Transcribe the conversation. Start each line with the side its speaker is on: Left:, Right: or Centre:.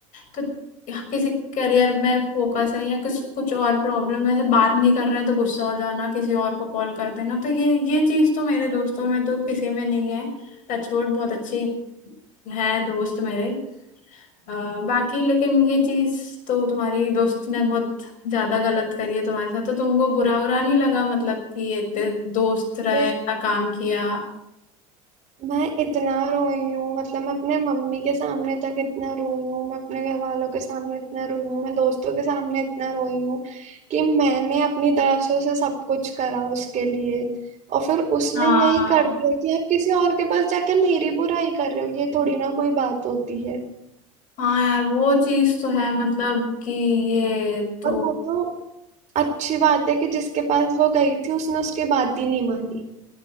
Left: तो किसी करियर में फोकस है या कुछ कुछ और प्रॉब्लम है ऐसे बात नहीं कर रहे हैं तो गुस्सा हो जाना किसी और को कॉल कर देना तो ये ये चीज़ तो मेरे दोस्तों में तो किसी में नहीं है टचवुड बहुत अच्छी है दोस्त मेरे अ, बाकी लेकिन ये चीज तो तुम्हारी दोस्त ने बहुत ज्यादा गलत करी है तुम्हारे साथ तो तुमको बुरा उरा नहीं लगा मतलब कि ये ते- दोस्त रहे
Right: अरे,
Left: इतना काम किया
Right: मैं इतना रोई हूँ मतलब मैं अपने मम्मी के सामने तक इतना रोई हूँ मैं अपने घर वालों के सामने इतना रोई हूँ मैं दोस्तों के सामने इतना रोई हूँ कि मैंने अपनी तरफ से उसे सब कुछ करा उसके लिए और फिर उसने
Left: हाँ
Right: यही कर दिया कि आप किसी और के पास जाके मेरी बुराई कर रहे हो ये थोड़ी ना कोई बात होती है
Left: हाँ यार वो चीज तो है मतलब कि ये तो
Right: और वो तो अच्छी बात है कि जिसके पास वो गई थी उसने उसकी बात ही नहीं मानी